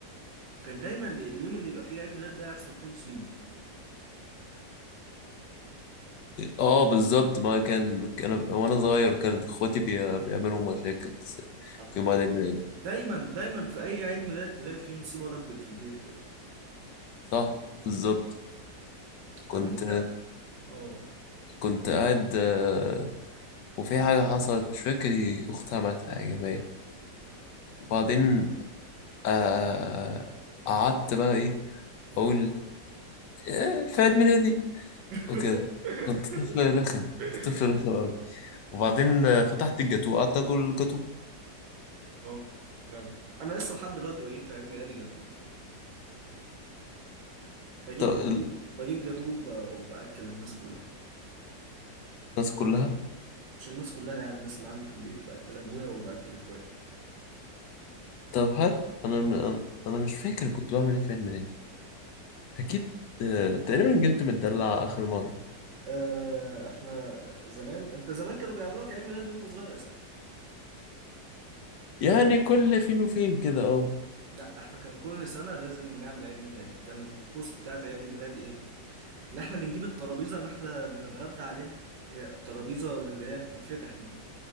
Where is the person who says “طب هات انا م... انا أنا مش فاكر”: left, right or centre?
Left